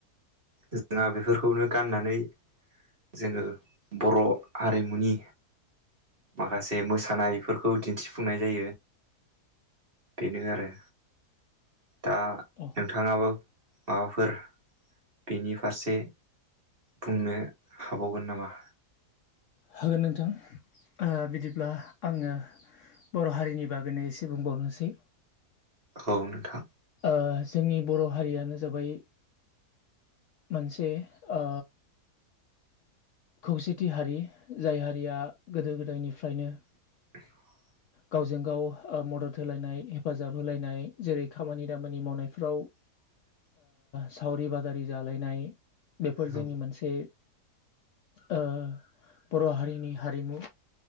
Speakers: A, on the right; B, on the left.
A: जोंहा बेफोरखौनो गाननानै जोङो बर' हारिमुनि माखासे मोसानायफोरखौ दिन्थिफुंनाय जायो। बेनो आरो। दा
B: औ
A: नोंथाङाबो माबाफोर बेनि फारसे बुंनो हाबावगोन नामा?
B: होगोन नोंथां बिदिब्ला आङो बर' हारिनि बागैनो एसे बुंबावनोसै।
A: औ नोंथां।
B: ओ जोंनि बर' हारियानो जाबाय मोनसे ओ खौसेथि हारि, जाय हारिया गोदो गोदायनिफ्रायनो
A: <inaudible>
B: गावजों गाव ओ मदद होलायनाय हेफाजाब होलायनाय जेरै खामानि दामानि मावनायफ्राव
A: <inaudible>
B: सावरि बादारि जालायनाय बेफोर
A: औ
B: जोंनि मोनसे ओ बर' हारिनि हारिमु।